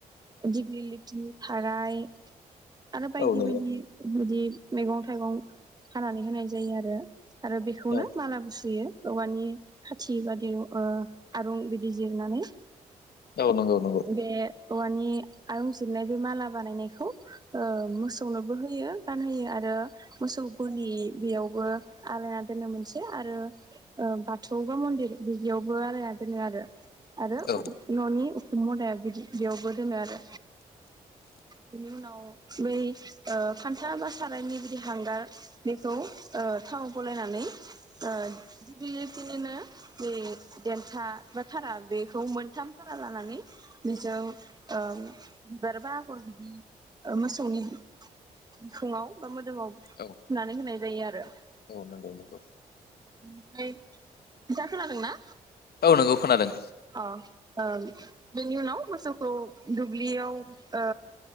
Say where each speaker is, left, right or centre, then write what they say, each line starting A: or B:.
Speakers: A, on the right; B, on the left.
A: दिग्लिलिथि थाराय आरो बायदि
B: औ नंगौ
A: बायदि बिदि मैगं थाइगं खानानै होनाय जायो आरो आरो बेखौनो
B: औ
A: मालाबो सुयो। औवानि खाथि बादि ओ आरं बिदि जिरनानै
B: औ नंगौ नंगौ।
A: बे औवानि आयंजिरनाय बे माला बानायनायखौ ओ मोसौनोबो होयो गानहोयो आरो मोसौ गलि बेयावबो आलायना दोनो मोनसे आरो ओ बाथौ बा मन्दिर बिदियावबो आलायना दोनो आरो। आरो
B: औ
A: ननि उखुम मुदायावबो बिदि बेयावबो दोनो आरो। बेनि उनाव बै ओ फान्था बा सारायनि बिदि हांगार बेखौ ओ थाव गलाय खानानै ओ दिग्लिलिथिनिनो जे देनथा‌ बा थारा बेखौ मोनथाम खाना लानानै बिजों ओ बिबारबा आगर बिदि मोसौनि बिखुंआव बा मोदोमआव थुनानै
B: औ
A: होनाय जायो आरो।
B: औ नंगौ नंगौ।
A: ओमफ्राय नोंथाङा खोनादोंना?
B: औ नोंगौ खोनादों।
A: अ ओ बेनि उनाव मोसौखौ दुब्लियाव ओ